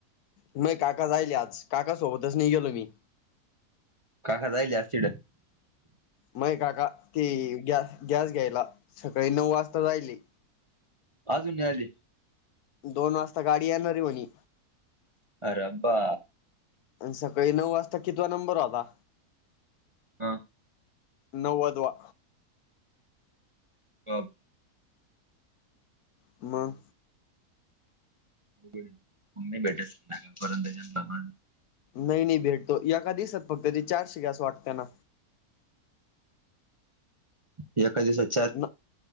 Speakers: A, on the left; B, on the right.
A: महे काका जाईल हे आज, काका सोबतच नहीं गेलो मी.
B: काका जायेल आज तिढ.
A: मये काका ते गॅ-गॅस घ्यायला, सकाळी नऊ वाजता जायेल हे.
B: अजून नई आले!
A: दोन वाजता गाडी येणार हे म्हणी.
B: आर बा.
A: आण सकाळी नऊ वाजता कितवा नंबर होता?
B: हां!
A: नव्वदवा.
B: <unintelligible>
A: म!
B: <unintelligible>
A: नही नही भेटतो, यका दिसांत फक्त ते चारशे गॅस वाटत्यां ना!
B: एका दिसात.
A: न